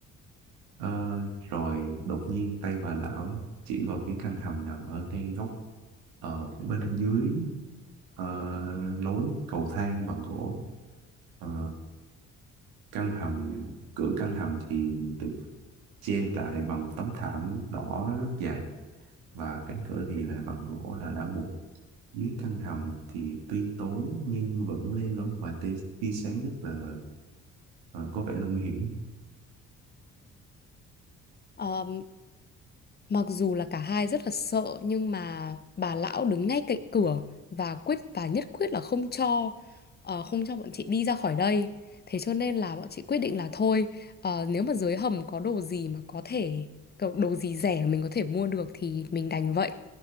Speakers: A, on the right; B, on the left.
A: ờ, rồi đột nhiên tay bà lão chỉ vào phía căn hầm nằm ở ngay góc ờ, bên dưới ờ, lối cầu thang bằng gỗ Ờ, căn hầm cửa căn hầm thì được che lại bằng một tấm thảm đỏ rất dày và cánh cửa thì là bằng gỗ là đã mục dưới căn hầm thì tuy tối nhưng vẫn lên lóm vài tia, tia sáng rất là ờ, có vẻ là nguy hiểm
B: Ừm. Mặc dù là cả hai rất là sợ nhưng mà bà lão đứng ngay cạnh cửa và quyết và nhất quyết là không cho ờ, không cho bọn chị đi ra khỏi đây. Thế cho nên là bọn chị quyết định là thôi ờ, nếu mà dưới hầm có đồ gì mà có thể có đồ gì rẻ mình có thể mua được thì mình đành vậy.